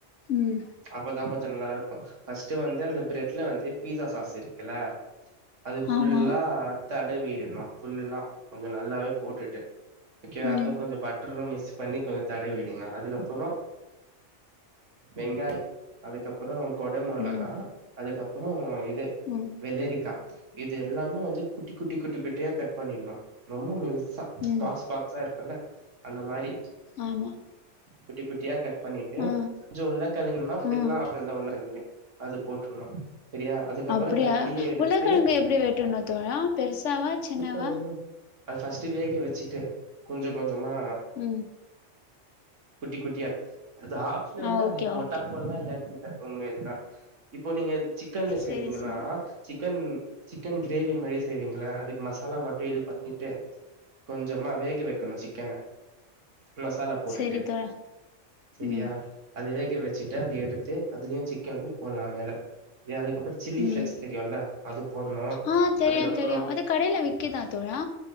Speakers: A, on the left (about 80°); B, on the right (about 90°).
A: ம்
B: அப்பதா கொஞ்ச நல்லா இருக்கு ஃபஸ்ட்டு வந்து அந்த பிரெட்ல வந்து பீஸா சாஸ் இருக்குல்ல அது ஃபுல்லா
A: ஆமா
B: தட வீடணு ஃபுல்லா கொஞ்ச நல்லாவே போட்டுட்டு <unintelligible>
A: ம்
B: கொஞ்ச பட் ட்ரு மிஸ் பண்ணி கொஞ்ச தட விடுங்க அதுக்கப்புறோ வெங்காய் அதுக்கப்புறோ கொட மொளகா
A: ம்
B: அதுக்கப்புறோ இது
A: ம்
B: வெளரிக்கா இது எல்லாமே வந்து குட்டி குட்டி குட்டி குட்டியா கட் பண்ணிருனு ரொம்ப மெலுஸ்சா
A: ம்
B: பாக்ஸ் பாக்ஸா இருக்குல்ல அந்த மாரி
A: ஆமா
B: குட்டி குட்டியா கட் பண்ணிட்டு
A: ஆ
B: கொஞ்ச உள்ள <unintelligible>
A: ஆ
B: ஒன்னு ரெண்டுமே அது போட்ருனு செரியா அதுக்கப்பறோ
A: அப்டியா
B: அது அப்பிடியே எடுத்து
A: உருளக்கெழங்கு எப்டி வெட்டணு தோழா பெருசாவா சின்னவா
B: <unintelligible> அது ஃபர்ஸ்ட்டு வேக வெச்சுட்டு கொஞ்ச கொஞ்சமா
A: ம்
B: குட்டி குட்டியா அது ஆப்ஷனல்
A: ஆ
B: தா
A: ஓகே
B: அது போட்டா
A: ஓகே
B: போட்லா இல்லாட் இல்ல உங்க இதுதா இப்போ நீங்க இது சிக்கன்ல செய்ரிங்கனா
A: சேரி சேரி
B: சிக்கன் சிக்கன் கிரேவி மாரி செய்வீங்களா அதுக் மசாலா மட்டு இது பண்ணிட்டு கொஞ்சமா வேக வெக்கணு சிக்கன மசாலா போட்டுட்டு
A: செரி தோழா
B: செரியா
A: ம்
B: அது வேக வெச்சுட்டு அது எடுத்து அதுலயு சிக்கனு போட்லா மேல செரி அதுகப்பு சில்லி
A: ம்
B: பிளேக்ஸ் தெரியுல்ல அது போட்னு
A: ஆ தெரியு
B: அதுக்கப்புறோ
A: தெரியு அது கடைல விக்கிதா தோழா